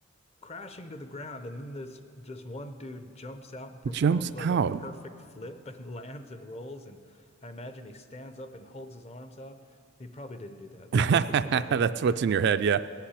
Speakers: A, on the left; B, on the right.
A: crashing to the ground, and then this just one dude jumps out and performs
B: Jumps
A: like
B: out.
A: a perfect flip and <laughs> lands and rolls. And I imagine he stands up and holds his arms out. He probably didn't do
B: <laughs>
A: that, but that's what's in my head.
B: That's
A: <laughs>
B: what's in your head. Yeah.